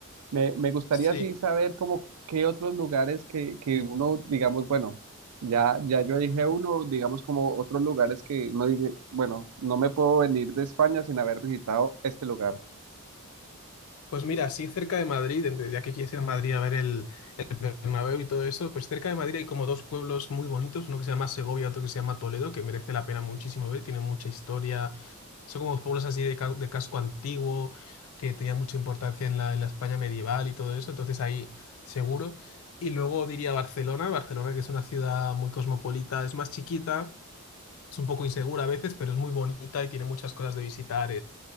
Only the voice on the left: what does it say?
sí.
Pues mira, así cerca de Madrid, ent- ya que quieres ir a Madrid a ver el, el Bernabéu y todo eso, pues cerca de Madrid hay como dos pueblos muy bonitos, uno que se llama Segovia, otro que se llama Toledo, que merece la pena muchísimo ver, tienen mucha historia, son como pueblos así de, ca- de casco antiguo, que tenían mucha importancia en la, en la España medieval y todo eso, entonces ahí seguro. Y luego diría Barcelona, Barcelona que es una ciudad muy cosmopolita, es más chiquita, es un poco insegura a veces, pero es muy bonita y tiene muchas cosas de visitar,